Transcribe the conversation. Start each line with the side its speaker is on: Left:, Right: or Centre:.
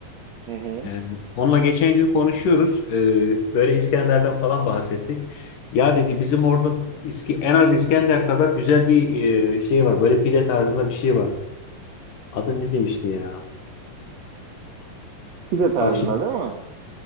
Right: Hı hı.
Left: Yani onunla geçen gün konuşuyoruz. Ee, böyle İskender'den falan bahsettik. Ya dedi bizim orada İski- en az İskender kadar güzel bir e, şey var. Böyle pide tarzında bir şey var. Adı ne demişti ya?
Right: Pide tarzında
Left: Bak şimdi
Right: değil mi?